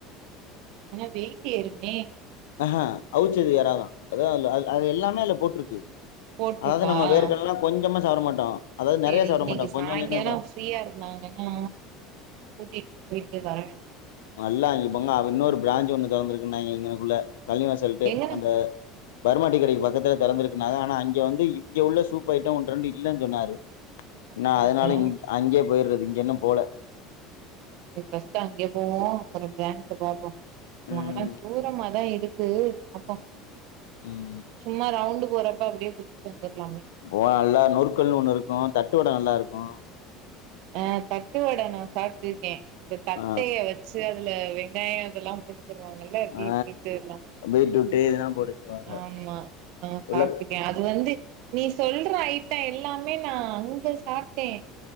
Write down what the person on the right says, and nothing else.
ஆனா வெயிட்டு ஏறுமே
போட்ருக்கா
சேரி
இன்னைக்கு
சாயங்காலோ
ஃப்ரீயா இருந்தாங்கன்னா கூட்டிட்டு போயிட்டு வர வேண்டி
எங்கன
அப்டியா
இன்னைக்கு ஃபஸ்ட்டு அங்கே போவோம் அப்புறம் பிராண்ட்ஸ் ஒரு நாள் போ
ஆனா தூரமா தா இருக் து வாப்பா
சும்மா ரவுண்டு் போறப்ப அப்டே குடிச்சிட்டு வந்தறலாமே
ஆ தட்டுவட நா சாப்பிட்டுருக்கேன் இந்த தட்டைய
வச் சி அதுல வெங்காயம் அதெல்லா கொடுத்துருவாங்க இல்ல வீட்ல
இருந்து எல்லாம்
ஆமா நா சாப்ட்டுருக்கேன்
அது வந்து நீ சொல்ற ஐட்டம் எல்லாமே நா அங்க சாப்ட்டேன்